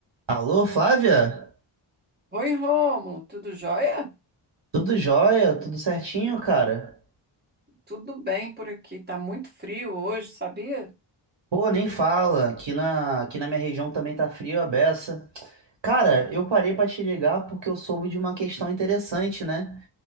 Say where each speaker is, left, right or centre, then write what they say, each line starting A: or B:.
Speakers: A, on the right; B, on the right.
A: Alô, Flávia?
B: Oi, Rômulo, tudo jóia?
A: Tudo jóia? Tudo certinho, cara?
B: Tudo bem por aqui, tá muito frio hoje, sabia?
A: Pô, nem fala. Aqui na, aqui na minha região também tá frio a beça. Cara, eu parei pra te ligar porque eu soube de uma questão interessante, né?